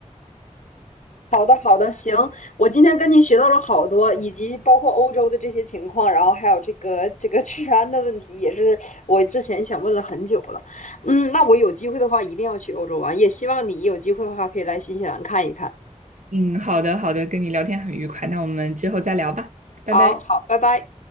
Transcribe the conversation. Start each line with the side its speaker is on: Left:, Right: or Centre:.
Left: 好的，好的，行，我今天跟您学到了好多，以及包括欧洲的这些情况，然后还有这个这个治安的问题，也是我之前想问了很久了。嗯，那我有机会的话一定要去欧洲玩，也希望你有机会的话可以来新西兰看一看。
Right: 嗯，好的，好的，跟你聊天很愉快，那我们之后再聊吧，拜拜。
Left: 好好，拜拜。